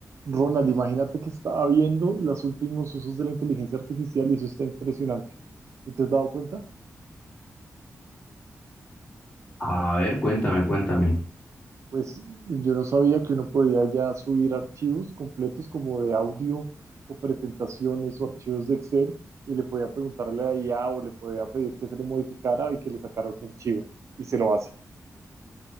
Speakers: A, on the right; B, on the left.
A: Ronald, imagínate que estaba viendo los últimos usos de la inteligencia artificial y eso está impresionante. ¿Y te has dado cuenta?
B: A ver, cuéntame, cuéntame.
A: Pues yo no sabía que uno podía ya subir archivos completos como de audio o presentaciones o archivos de Excel y le podía preguntarle a IA o le podía pedir que se lo modificara y que le sacara otro archivo y se lo hace.